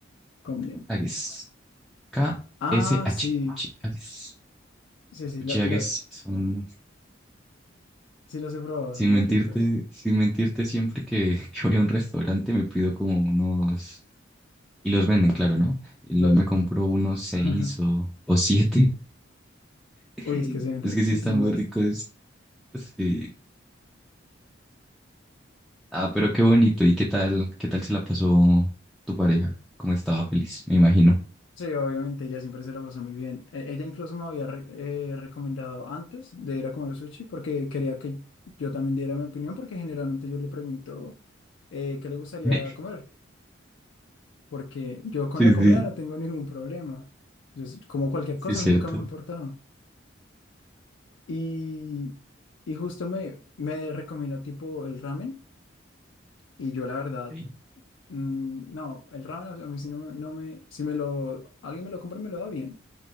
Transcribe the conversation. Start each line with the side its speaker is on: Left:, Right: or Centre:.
Left: comida.
Centre: Agues. K-S-H.
Left: Ah, sí.
Centre: Cuchiagues.
Left: Sí,
Centre: Los
Left: sí,
Centre: cuchiagues
Left: lo- lo-
Centre: son,
Left: sí los he probado,
Centre: sin
Left: son muy
Centre: mentirte,
Left: ricos.
Centre: sin mentirte, siempre que, <laughs> que voy a un restaurante me pido como unos, y los venden, claro, ¿no? Y
Left: Claro.
Centre: Los, me compro unos seis
Left: <laughs>
Centre: o, o siete. <laughs>
Left: Uy, es que se ven
Centre: Es
Left: riquísimos.
Centre: que sí están muy ricos. Sí. Ah, pero qué bonito. ¿Y qué tal, qué tal se la pasó tu pareja? ¿Cómo estaba feliz? Me imagino.
Left: Sí, obviamente, ella siempre se la pasa muy bien. E- Ella incluso me había re- eh, recomendado antes de ir a comer sushi porque quería que yo también diera mi opinión porque generalmente yo le pregunto eh, qué le gustaría
Centre: <laughs>
Left: comer, porque yo con
Centre: Sí,
Left: la comida
Centre: sí,
Left: no tengo ningún problema. Yo s- como cualquier
Centre: sí,
Left: cosa,
Centre: es
Left: a
Centre: cierto.
Left: mí nunca me ha importado. Y, y justo me, me recomienda tipo el ramen y yo la verdad,
Centre: Sí.
Left: mm, no, el ramen a mí si no, me, no me, si me lo, alguien me lo compra, y me lo da bien